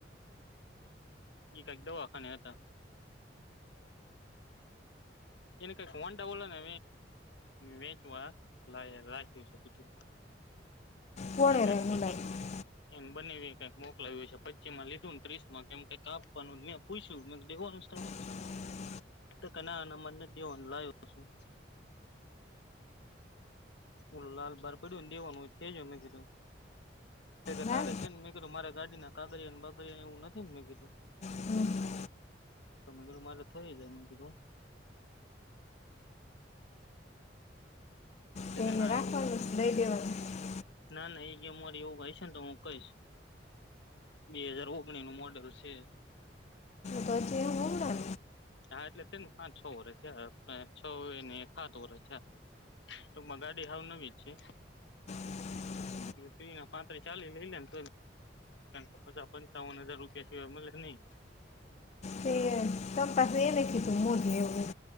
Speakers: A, on the left; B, on the left.
A: એક ક એક દોવાખાને હતા. એ કે કોનન્ટવલોને મેચવા. રાય રાખ્યું છે,
B: કોણે
A: બધું.
B: રે મુલાઈ
A: એને બનેવી કઈક મોકલાયું હ છે, પચી માં લીધું ને, ત્રીસમાં કઈ આપવાનું. બુઈ છું, વાનું તમામાં.
B: હ.
A: તો કના અને મનને દવલા આવ્યો છું. ઓ લાલ બાર પડીયું ને, દેવાનું હોય, કે જ મેમે કીધું. કે
B: બહાર
A: તારે છે ને, મેં કીધું મારે ગાડી ના કાદરિયાને, બારિયા એવ નથી, મેં કીધું.
B: હમ.
A: તમે કલું મારે થઈ જાય, મ કલું. કે
B: તો એને
A: ના
B: રાખવાનું
A: એવું હોય,
B: છે, દઈ દેવાનું
A: ના, ના, એ ગેમ મારી એવું કાય છે ને, તો હું કઈશ. બે હાજાર ઓગણી નું મોડેલ છે.
B: તો જે હુંમના.
A: હા, એટલે તે ને પાંચ-છ વર્ષ છે, છ ને સાત વર્ષ છે. ક મગાડી હાવ નવી જ છે.
B: <unintelligible>
A: તીના પાંત્રીસ-ચાલીસ લઈ લેને, તો પચાસ-પંચાવન હજાર રૂપિયા સિવાય મળે નહીં.
B: તે ત પસે એને કે તું મો લવગ <unintelligible>